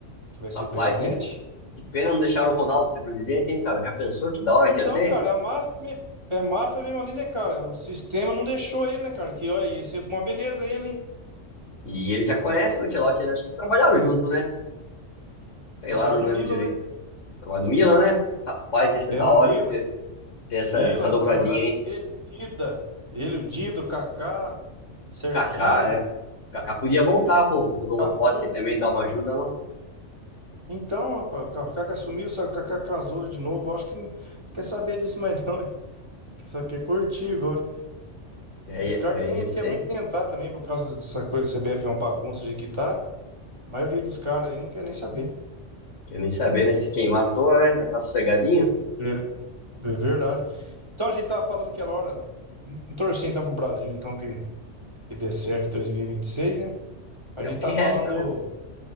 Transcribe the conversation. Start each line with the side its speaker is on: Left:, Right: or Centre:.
Right: que vai ser
Left: Rapaz,
Right: presidente.
Left: que, que pena não deixar o Ronaldo ser presidente, hein, cara? Já pensou que da hora
Right: Então,
Left: que ia ser?
Right: cara, a máfia, me- é máfia mesmo ali, né, cara? O sistema não deixou ele, né, cara? Que, olha, ia ser uma beleza ele, hein?
Left: E ele já conhece o Ancelotti, né? Acho que trabalharam junto, né? Sei
Right: Trabalhar
Left: lá, não
Right: no
Left: lembro
Right: Milan,
Left: direito.
Right: né?
Left: Trabalho no Milan, né? Rapaz, ia ser
Right: É,
Left: da
Right: no
Left: hora,
Right: Milan.
Left: hein, ter, ter essa,
Right: Milan,
Left: essa dobradinha,
Right: trabalhava
Left: hein?
Right: ele, o Dida, ele, o Dido, o Kaká, Serginho,
Left: O Kaká, é. O Kaká podia voltar, pô, pros holofotes
Right: Cafu.
Left: e também dar uma ajuda, não?
Right: Então, rapaz, o Kaká sumiu, só que o Kaká casou de novo. Eu acho que não quer saber disso mais não, hein? <laughs> Que só quer curtir agora.
Left: É,
Right: E
Left: ia-
Right: os caras
Left: é,
Right: também não
Left: ia ser.
Right: querem muito entrar também por causa dessa coisa do CBF é uma bagunça do jeito que tá. A maioria dos caras aí não quer nem saber.
Left: Quer nem saber, né? Se quem matou, né? Já tá sossegadinho.
Right: É, é verdade. Então a gente tava falando aquela hora, torcendo então pro Brasil, então que, que dê certo em dois mil e e vinte e seis, né? A
Left: É
Right: gente
Left: o que
Right: tá
Left: resta,
Right: falando
Left: né?